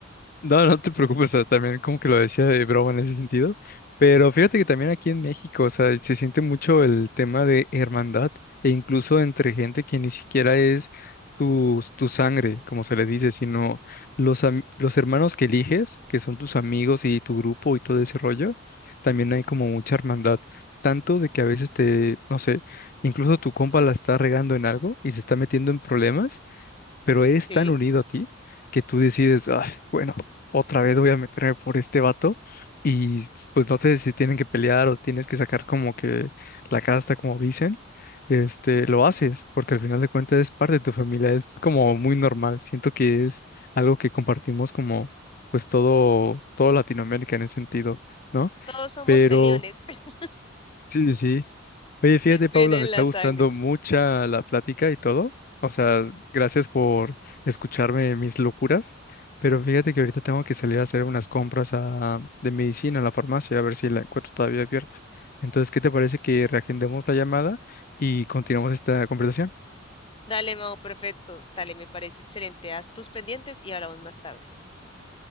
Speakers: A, on the left (about 45°); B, on the left (about 25°).
A: No, no te preocupes, o sea, también como que lo decía de broma en ese sentido, pero fíjate que también aquí en México, o sea, se siente mucho el tema de hermandad e incluso entre gente que ni siquiera es tu, tu sangre, como se le dice, sino los, am- los hermanos que eliges, que son tus amigos y tu grupo y todo ese rollo, también hay como mucha hermandad, tanto de que a veces te, no sé, incluso tu compa la está regando en algo y se está metiendo en problemas pero es
B: ¿sí?
A: tan unido a ti que tú decides, "Ay, bueno, otra vez voy a meterme por este vato y pues no te si tienen que pelear o tienes que sacar como que la casta, como dicen, este, lo haces, porque al final de cuentas es parte de tu familia, es como muy normal, siento que es algo que compartimos como pues todo, todo Latinoamérica en ese sentido, ¿no?
B: Todos somos
A: Pero
B: peliones, <laughs>
A: sí, sí, sí. Oye, fíjate, Paula,
B: viene
A: me
B: en
A: está
B: la
A: gustando
B: sangre.
A: mucha la plática y todo. O sea, gracias por escucharme mis locuras. Pero fíjate que ahorita tengo que salir a hacer unas compras a- de medicina a la farmacia, a ver si la encuentro todavía abierta. Entonces, ¿qué te parece que reagendemos la llamada y continuamos esta conversación?
B: Dale, Mau, perfecto. Dale, me parece excelente. Haz tus pendientes y hablamos más tarde.